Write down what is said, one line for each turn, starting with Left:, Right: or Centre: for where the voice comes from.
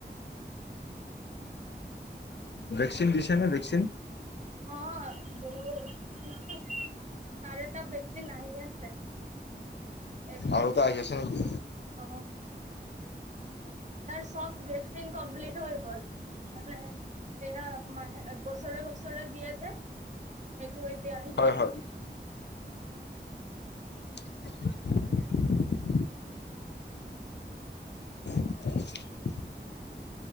Left: ভেকচিন দিছে নে ভেকচিন?
Right: অ বহু চাৰিটা ভেকচিন আহি আছে। এক বছৰ
Left: আৰু এটা আহি
Right: পিছত
Left: আছে নেকি
Right: অ তাৰ চব ভে কচিন কমপ্লিট হৈ গল মানে এয়া মাহে বছৰে বছৰে দিয়ে যে সেইটো এতিয়া আহি
Left: হয়
Right: আছে।
Left: হয় <inaudible> <inaudible>